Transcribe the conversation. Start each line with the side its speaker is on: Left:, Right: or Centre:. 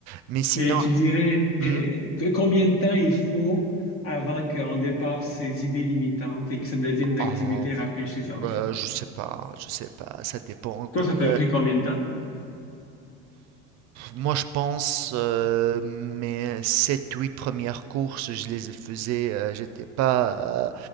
Right: Mais sinon,
Left: Et tu dirais
Right: hmm,
Left: euh, que- combien de temps il faut avant qu'on dépasse ces idées limitantes et que ça devienne une activité
Right: oh,
Left: rafraîchissante?
Right: euh, je sais pas, je sais pas, ça dépend. Pour
Left: Toi, ça t'a
Right: que,
Left: pris combien de temps?
Right: Moi, je pense, euh, mes sept, huit premières courses, je les faisais, euh, j'étais pas, euh,